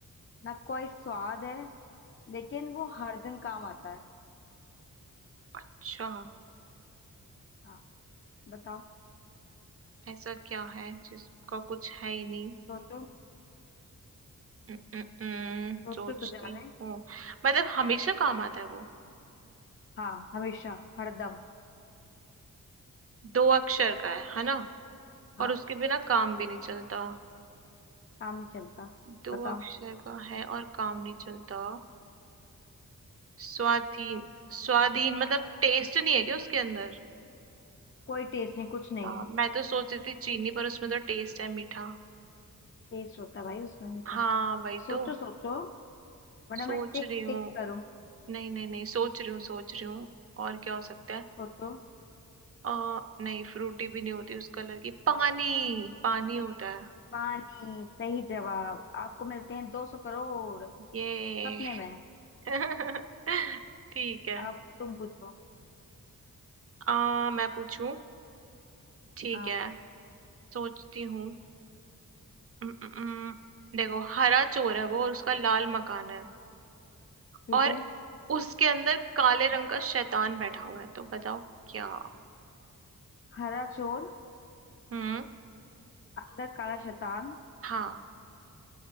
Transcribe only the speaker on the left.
ना कोई स्वाद है लेकिन वो हर दिन काम आता है
हाँ बताओ
सोचो
सोचो
तो जाने
हाँ हमेशा हरदम
हाँ
काम नहीं चलता
बताओ
कोई टेस्ट नहीं कुछ नहीं
है
टेस्ट होता है भाई उसमें मीठा
सोचो
सोचो वरना
मैं टिक
टिक करूं
सोचो
पानी सही जवाब आपको मिलते हैं दो सौ करोड़
सपने में
अब तुम पूछो
हाँ
ठीक
है
हरा चोर
अंदर काला शैतान